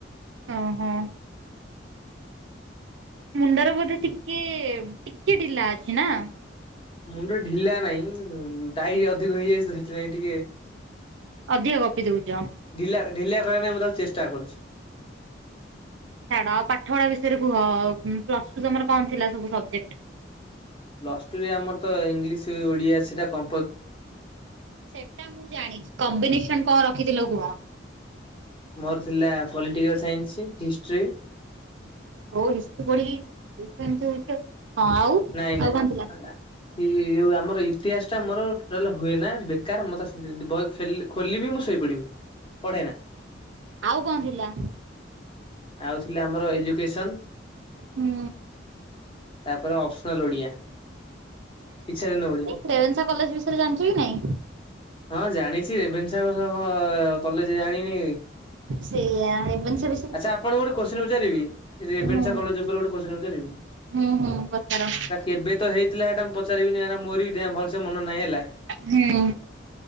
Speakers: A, on the right; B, on the left.
A: ହଁ -ହଁ। ମୁଣ୍ଡର ବୋଧେ ଟିକେ ଟିକେ ଢିଲା ଅଛି ନା?
B: ମୁଣ୍ଡ ଢିଲା ନାଇଁ ଟାଇରି ଅଧିକ ହେଇଯାଇ ତ ସେଥିପାଇଁ ଟିକେ।
A: ଅଧିକ ଗପି ଦୋଉଛ।
B: ଢିଲା, ଢିଲା କରିବା ପାଇଁଁ ମୁଁ ତାକୁ ଚେଷ୍ଟା କରୁଛି।
A: ଛାଡ ଆ ପାଠ ପଢା ବିଷୟରେ କୁହ ପ୍ଲସ୍ ଟୁ ତମର କଣ ଥିଲା ସବୁ ସବଜେକ୍ଟ୍?
B: ପ୍ଲସ୍ ଟୁ ରେ ଆମର ତ ଇଂଲିଶ ଓଡିଆ ସେଇଟା କ
A: ସେଟା ମୁଁ ଜାଣିଛି କମ୍ବିନେସନ୍ କଁ ରଖିଥିଲ କୁହ?
B: ମୋର ଥିଲା ପଲିଟିକାଲ ସାଇନ୍ସି, ହିଷ୍ଟ୍ରି।
A: ହୋଉନି ପାଠ ପଢିକି ସେଇଥି ଏମିତି ହୋଉଛି ଆଉ, ହଁ ଆଉ
B: ନାଇଁ ନାଇଁ
A: ଆଉ କଣ ଥିଲା?
B: ଇ-ଇ-ଇଏ ଯୋଉ ଆମର ଇତିହାସ ଟା ମୋର ଟୋଟାଲ୍ ହୁଏ ନା ବେକାର ମତେ ବହି ଖେଲ୍ ଖୋଲ ବି ମୁଁ ଶୋଇପଡ଼ିବୁ ପଢ଼େନା।
A: ଆଉ କଁ ଥିଲା?
B: ଆଉ ଥିଲା ଆମର ଏଜୁକେସନ୍
A: ହୁଁ
B: ତାପରେ ଅ ଅଫ୍ ସ୍ନାନ୍ ଓଡ଼ିଆ ଇଚ୍ଛା ଯୋଉ ଦିନ ଓଡିଆ।
A: ଟେରେନ୍ସା କଲେଜ୍ ବିଷୟରେ ଜାଣ୍ ଛୁ କି ନାଇଁ।
B: ହଁ ଜାଣିଛି ରେବେଶା <unintelligible> କଲେଜ୍ ଜାଣିନି।
A: ସେଆ ରେଭେନ୍ସା ବିସ୍
B: ଆଚ୍ଛା ଆପଣଙ୍କୁ ଗୋଟେ କୋଶ୍ଚିନ୍ ପଚାରି ରେଭେନ୍ସା
A: ହୁଁ
B: କଲେଜ୍ ଉପରେ ଗୋଟେ କୋଶ୍ଚିନ୍ ପଚାରିବି।
A: ହୁଁ ହୁଁ ପଚାର।
B: ହେଟା କେବେ ତ ହେଇଥିଲା ହେଟା ମୁଁ ପଚାରିବିନି କାଇନା ମୋର ବି ଭଲସେ ମନ ନାହିଁ ହେଲା।
A: ହୁଁ ଉଁ।